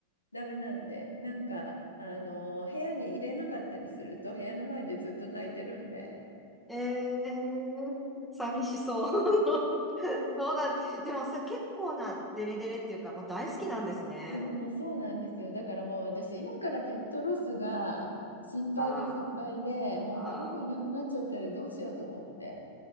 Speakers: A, on the left; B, in the centre.
A: ダメなんで、なんか、あの、部屋に入れなかったりすると、部屋の前でずっと泣いてるんで。
B: ええー、寂しそう。<laughs> そうなん、でもさ、結構なデレデレっていうか、もう大好きなんですね。
A: いや、もうそうなんですよ。だからもう私、今からペットロスが心配で心配で、
B: あ
A: もうこの子いなくなっちゃったらどうしようと思って。
B: ーあ